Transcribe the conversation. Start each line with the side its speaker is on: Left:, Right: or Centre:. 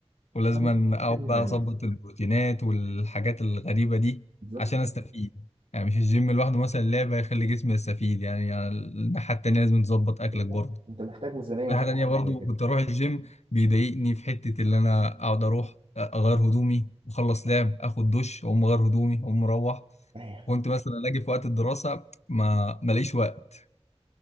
Right: محتاج
Left: ولازم اقعد
Right: محتاج ميزانيه
Left: بقى اظبط البروتينات والحاجات الغريبه دي
Right: بالظبط
Left: عشان
Right: كده.
Left: استفيد يعني مش الجيم لوحده مثلا لعبه يخلي جسمي يستفيد يعني على الناحيه التانيه لازم تظبط اكلك
Right: بالظبط
Left: برضه
Right: انت محتاج ميزانيه
Left: الناحيه
Right: عشان
Left: التانيه
Right: حاجه
Left: برضه
Right: زي كده
Left: كنت اروح الجيم بيضايقني في حته اللي انا اقعد اروح اغير هدومي واخلص لعب اخد دش اقوم اغير هدومي اقوم مروح
Right: <laughs> ايوه
Left: كنت مثلا اجي في وقت الدراسه ما ماليش وقت